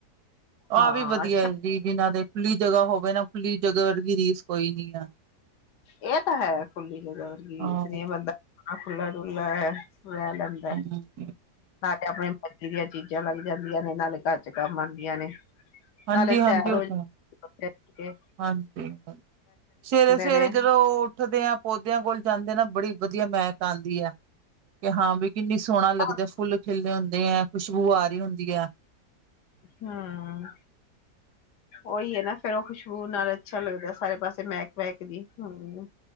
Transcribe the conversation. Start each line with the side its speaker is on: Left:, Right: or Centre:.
Left: ਹਾਂ
Right: ਆਹ ਵੀ ਵਧੀਆ
Left: ਅੱਛਾ
Right: ਹੈ ਜੀ, ਜਿਨਾਂ ਦੇ ਖੁੱਲੀ ਜਗ੍ਹਾ ਹੋਵੇ ਨਾ ਖੁੱਲੀ ਜਗ੍ਹਾ ਵਰਗੀ ਰੀਸ ਕੋਈ ਨੀ ਆ।
Left: ਇਹ ਤਾਂ ਹੈ, ਖੁੱਲੀ ਜਗ੍ਹਾ ਵਰਗੀ
Right: ਹਾਂ,
Left: ਰੀਸ ਨੀ ਬੰਦਾ। ਥਾਂ ਖੁੱਲਾ -ਡੁੱਲਾ <unintelligible> ਵ ਲ
Right: ਹਮ ਹ <unintelligible>
Left: ਨਾਲੇ ਆਪਣੀ ਮਰਜ਼ੀ ਦੀਆਂ ਚੀਜ਼ਾਂ ਲੱਗ ਜਾਂਦੀਆਂ ਨੇ ਨਾਲੇ ਘਰ ਚ ਕੰਮ ਆਉਂਦੀਆਂ ਨੇ।
Right: ਹਾਂਜੀ-ਹਾਂਜੀ
Left: ਨਾਲੇ ਸੈਰ
Right: ਉਹ
Left: ਹੋ ਜਾਂਦੀ
Right: ਤਾਂ
Left: ਸਵੇਰੇ ਉੱਠ ਕੇ।
Right: ਹਾਂਜੀ, ਹਾਂ ਸਵੇਰੇ -ਸਵੇਰੇ
Left: ਨੇ
Right: ਜਦੋਂ ਉੱਠਦੇ ਆ ਪੌਦਿਆਂ ਕੋਲ ਜਾਂਦੇ ਆ ਨਾ ਬੜੀ ਵਧੀਆ ਮਹਿਕ ਆਉਂਦੀ ਹੈ। ਕਿ ਹਾਂ ਬਈ ਕਿੰਨੀ ਸੋਹਣਾ
Left: ਹਮ
Right: ਲੱਗਦਾ ਫੁੱਲ ਖਿਲੇ ਹੁੰਦੇ ਹੈ ਖੁਸ਼ਬੂ ਆ ਰਹੀ ਹੁੰਦੀ ਹੈ।
Left: ਹਮ। ਉਹੀ ਹੈ ਨਾ ਫੇਰ ਉਹ ਖੁਸ਼ਬੂ ਨਾਲ ਅੱਛਾ ਲੱਗਦਾ। ਸਾਰੇ ਪਾਸੇ ਮਹਿਕ- ਵਹਿਕ ਜੀ ਹਮ।